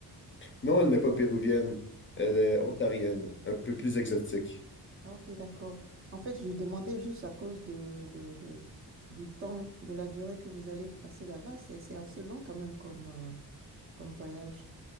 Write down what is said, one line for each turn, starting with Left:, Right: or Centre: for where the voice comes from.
Left: Non, elle n'est pas péruvienne.
Right: Ah,
Left: Elle est ontarienne, un peu plus exotique.
Right: ok, d'accord. En fait, je demandais juste à cause de, de, de- du temps, de la durée que vous allez passer là-bas. C'est, c'est assez long quand même comme, euh, comme voyage.